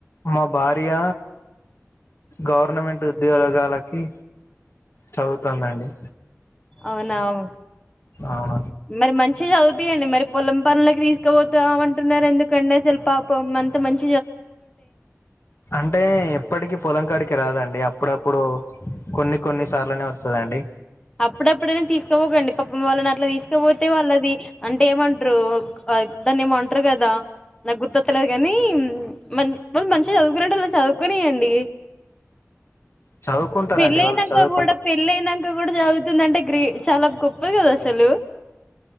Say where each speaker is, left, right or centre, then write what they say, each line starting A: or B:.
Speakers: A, on the left (about 50°); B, on the left (about 15°).
A: మా భార్య గవర్నమెంట్ ఉద్యోగాలకి చదువుతందండి
B: అవునావు
A: అవు
B: మరి మంచి చదువుపియండి మరి పొలం పనులకి తీసుకుపోతాం అంటున్నారు ఎందుకండి పాపం మంత మంచి
A: అంటే ఎప్పటికి పొలం కాడికి రాదండి అప్పుడప్పుడు కొన్ని కొన్ని సార్లునే వస్తుదండి
B: అప్పుడప్పుడైనా తీసుకోపోకండి పాప వాళ్ళని అట్లా తీసుకపోతే వాళ్ళది అంటే ఏమంట్రూ దాన్ని ఏమో అంట్రు గదా నాకు గుర్తొత్త లేదు కానీ మన్ వాళ్ళు మంచిగా చదువుకునేటోళ్ళని చదువుకునియండి
A: చదువుకుంటారండి
B: పెళ్ళయినాంక
A: వాళ్ళు చదువుకుంటారు
B: గుడా పెళ్ళయినంక జాగుతుందంటే గ్రే చాలా గొప్పది కదా అసలు